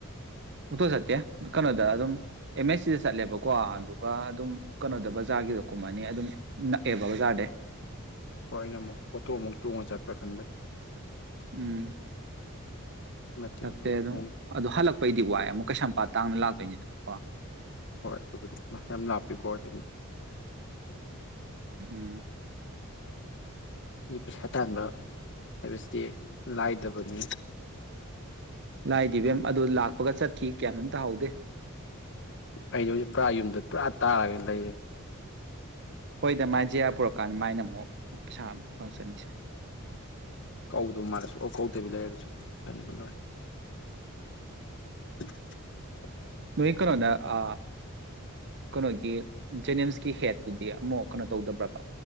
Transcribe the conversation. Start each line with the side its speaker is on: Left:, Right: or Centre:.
Right: ꯑꯣꯇꯣ ꯆꯠꯇꯦ ꯀꯩꯅꯣꯗ ꯑꯗꯨꯝ ꯑꯦꯝ ꯑꯦꯁ ꯁꯤꯗ ꯆꯠꯂꯦꯕꯀꯣ ꯑꯗꯨꯒ ꯑꯗꯨꯝ ꯀꯩꯅꯣꯗ ꯕꯖꯥꯔꯒꯤꯗꯣ ꯀꯨꯝ ꯑꯅꯤ ꯑꯗꯨꯝ ꯅꯛꯑꯦꯕ ꯕꯖꯥꯔꯗ
Left: ꯍꯣꯏ ꯑꯩꯅ ꯑꯃꯨꯛ ꯄꯣꯠꯇꯣ ꯑꯃꯨꯛ ꯇꯣꯡꯉꯒ ꯆꯠꯄ꯭ꯔꯥ ꯈꯟꯕꯩ
Right: ꯎꯝ
Left: ꯃꯇꯦꯛ
Right: ꯆꯠꯇꯦ
Left: ꯑꯃꯨꯛ
Right: ꯑꯗꯨꯗꯝ
Left: ꯈꯣꯡ
Right: ꯑꯣ ꯍꯜꯂꯛꯄꯩꯗꯤ ꯋꯥꯏꯑꯦ ꯑꯃꯨꯛ ꯀꯩꯁꯥꯝꯄꯥꯠ ꯇꯥꯡꯅ ꯂꯥꯛꯇꯣꯏꯅꯤꯗꯅꯀꯣ
Left: ꯍꯣꯏ ꯑꯗꯨꯕꯨꯗꯤ ꯌꯥꯝ ꯂꯥꯛꯞꯄꯤꯌꯨꯀꯣꯖꯤ
Right: ꯎꯝ
Left: ꯑꯗꯨ ꯄꯩꯁꯥ ꯇꯥꯟꯕ ꯍꯥꯏꯕꯁꯤꯗꯤ ꯂꯥꯏꯗꯕꯅꯤ
Right: ꯗꯤꯕꯦꯝ ꯑꯗꯨ ꯂꯥꯛꯄꯒ ꯆꯠꯈꯤ ꯀꯌꯥꯝ ꯑꯝꯇ ꯍꯥꯎꯗꯦ
Left: ꯍꯥꯏꯖꯧꯦ ꯄꯨꯔꯥ ꯌꯨꯝꯗ ꯄꯨꯔꯥ ꯇꯥꯔꯒ ꯂꯩꯌꯦ
Right: ꯍꯣꯏꯗ ꯃꯥꯏ ꯖꯤꯌꯥ ꯄꯨꯔꯛꯀꯥꯟꯗ ꯃꯥꯏꯅ ꯑꯃꯨꯛ ꯄꯩꯁꯥ ꯐꯪꯉꯛ ꯆꯅꯤꯁꯦ
Left: ꯀꯧꯗꯧ ꯃꯥꯜꯂꯁꯨ ꯑꯣ ꯀꯧꯗꯕꯤ ꯂꯩꯔꯁꯨ ꯆꯟꯕ ꯂꯣꯏꯔ <inaudible>
Right: ꯅꯣꯣꯏ ꯀꯅꯣꯗ ꯑ ꯀꯅꯒꯤ ꯦꯅꯤꯝꯁ ꯀꯤꯍꯦꯠ ꯑꯗꯨꯗꯤ ꯑꯃꯨꯛ ꯀꯩꯅꯣ ꯇꯧꯗꯕ꯭ꯔꯕ